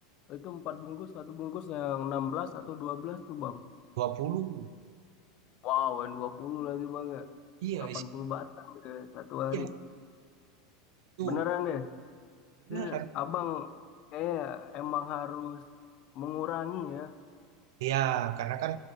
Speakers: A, on the left (about 40°); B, on the right (about 75°).
A: Itu empat bungkus, satu bungkus yang 16 atau 12 tuh bang.
B: dua puluh
A: Wow, yang 20 lagi bang ya.
B: Iya
A: Delapan
B: isi.
A: puluh batang deh satu hari.
B: Iya itu
A: Beneran deh.
B: beneran.
A: Iya, abang kayak emang harus mengurangi ya.
B: Iya karena kan